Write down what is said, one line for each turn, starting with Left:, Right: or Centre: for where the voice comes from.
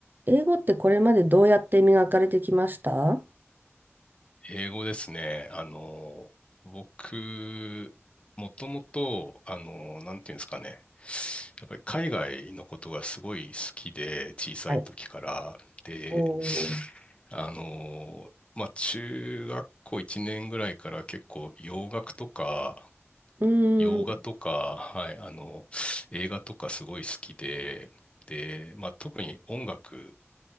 Right: 英語ってこれまでどうやって磨かれてきましたは
Left: 英語ですね。あの、僕、もともと、あの、なんていうんですかね。やっぱり海外のことがすごい好きで、小さい時から。
Right: い。
Left: で、
Right: おー
Left: あの、まあ、中学校1年ぐらいから結構洋楽とか、
Right: うーん、
Left: 洋画とか、はい、あの、映画とかすごい好きで、で、まあ、特に音楽